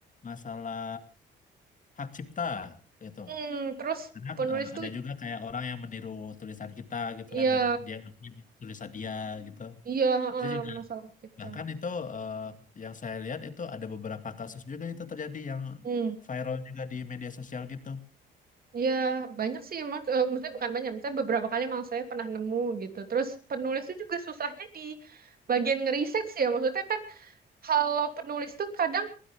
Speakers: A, on the left; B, on the right.
A: Masalah hak cipta gitu.
B: hmm, terus
A: kadang
B: penulis
A: eh, ada
B: tuh
A: juga kayak orang yang meniru tulisan kita gitu
B: iya
A: kan dan dia ngakui tulisan dia gitu
B: iya
A: itu
B: eh,
A: juga
B: masalah kita
A: bahkan itu eh, yang saya lihat itu ada beberapa kasus juga itu terjadi yang
B: hmm.
A: viral juga di media sosial gitu
B: Ya banyak sih emang, eh, maksudnya bukan banyak, maksudnya beberapa kali emang saya pernah nemu gitu. Terus penulis itu juga susahnya di bagian ngeriset sih ya, maksudnya kan kalau penulis tuh kadang